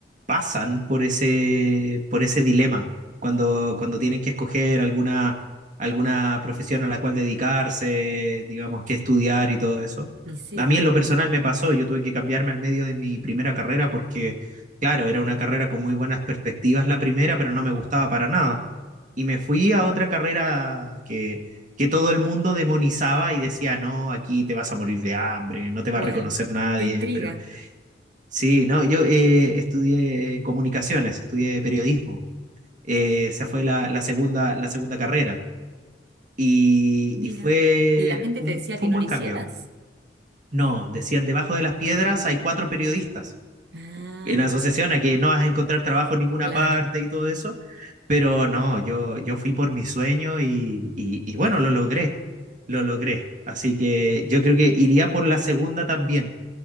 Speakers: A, on the right (about 45°); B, on the right (about 65°).
A: pasan por ese, por ese dilema cuando, cuando tienen que escoger alguna, alguna profesión a la cual dedicarse, digamos, que estudiar y todo eso.
B: Y sí,
A: A mí en lo personal me pasó, yo tuve que cambiarme al medio de mi primera carrera porque, claro, era una carrera con muy buenas perspectivas la primera, pero no me gustaba para nada. Y me fui a otra carrera que que todo el mundo demonizaba y decía, no, aquí te vas a morir de hambre, no te va
B: igual,
A: a reconocer nadie,
B: qué intriga,
A: pero sí, no, yo eh, estudié eh, comunicaciones, estudié periodismo, eh, esa fue la, la segunda, la segunda carrera y,
B: mira.
A: y fue
B: ¿Y la gente
A: un,
B: te decía
A: fue
B: que
A: un
B: no
A: buen
B: lo hicieras?
A: cambio. No, decían, debajo de las piedras hay cuatro periodistas.
B: Ah,
A: en asociación a que no vas a encontrar trabajo en ninguna
B: claro,
A: parte y todo eso, pero no, yo, yo fui por mi sueño y, y, y bueno, lo logré, lo logré. Así que yo creo que iría por la segunda también.